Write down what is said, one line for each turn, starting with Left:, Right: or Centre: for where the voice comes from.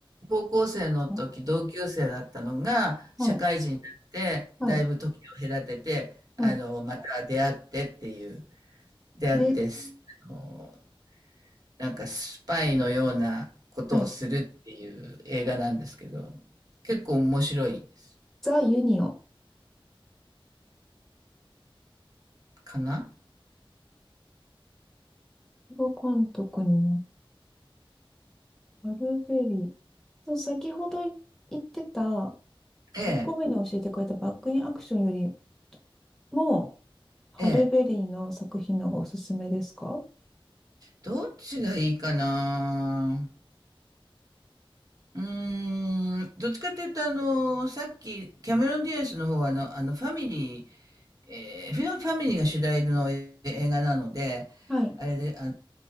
Right: 高校生の時同級生だったのが社会人になってだいぶ時を隔ててあのまた出会ってっていう
Centre: すかはい、はい、はい。
Right: 出会ってすあの
Centre: えー
Right: なんかスパイのようなことをするっていう映画なんですけど、
Centre: はい。
Right: 結構面白いです。
Centre: ザ・ユニオン。
Right: かな
Centre: 映画監督のアルベリー。そう、先ほどい言ってた、
Right: ええ、
Centre: 1個目に教えてくれたバックインアクションよりも、ハルベリーの作品の方がおすすめですか
Right: ええ。どっちがいいかなうーん、どっちかっていうと、あの、さっき、キャメロン・ディアスの方は、あの、あの、ファミリーえーフィンファミリーが主題の映画なので、
Centre: はい。
Right: あれで、あの